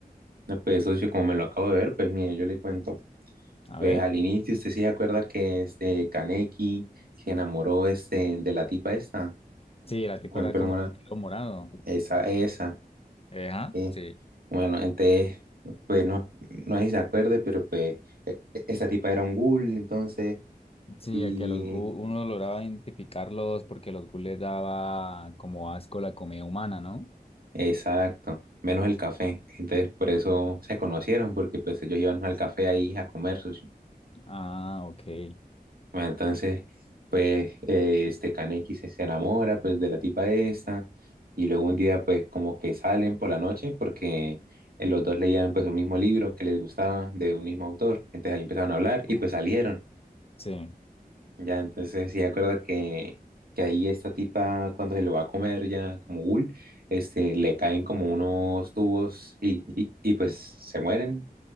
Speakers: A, on the right; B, on the left.
A: No, pues socio, como me lo acabo de ver, pues mire, yo le cuento,
B: A
A: pues
B: ver.
A: al inicio usted sí se acuerda que este Kaneki se enamoró este de la tipa esta,
B: Sí, la tipa
A: con
B: era
A: el pelo
B: como
A: morado,
B: de pelo morado.
A: esa, esa.
B: Eh, ¿ah?
A: Sí.
B: Sí.
A: Bueno, entonces, pues no, no sé si se acuerde, pero pues e- e- esa tipa era un ghoul, entonces,
B: Sí,
A: y
B: el que los gu uno lograba identificarlos porque los gu les daba como asco la comida humana, ¿no?
A: exacto, menos el café. Entonces, por eso se conocieron, porque pues ellos iban al café ahí a comer socio.
B: Ah, ok.
A: Bueno, entonces, pues eh, este Kaneki se, se enamora pues de la tipa esta, y luego un día pues como que salen por la noche, porque eh, los dos leían pues un mismo libro que les gustaba de un mismo autor. Entonces ahí empezaron a hablar y
B: Ah,
A: pues salieron.
B: Sí.
A: Ya, entonces sí, de acuerdo que, que ahí esta tipa, cuando se lo va a comer ya como ghoul, este, le caen como unos tubos y, y, y, pues se mueren,